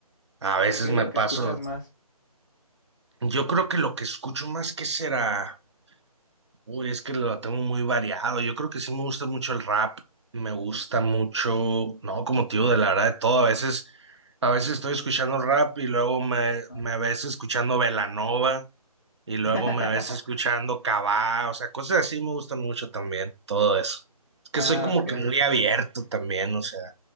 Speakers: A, on the right; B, on the left.
A: a veces
B: ¿Qué, qué
A: me
B: es lo que
A: paso.
B: escuchas más?
A: Yo creo que lo que escucho más que será, uy, es que lo tengo muy variado. Yo creo que sí me gusta mucho el rap, me gusta mucho, no, como tío, de la verdad, de todo. A veces, a veces estoy escuchando rap y luego me,
B: Ah,
A: me ves escuchando Belanova. Y luego
B: <laughs>
A: me ves escuchando Cabá, o sea, cosas así me gustan mucho también, todo eso. Es que
B: Ah,
A: soy como
B: ok.
A: que muy abierto también, o sea.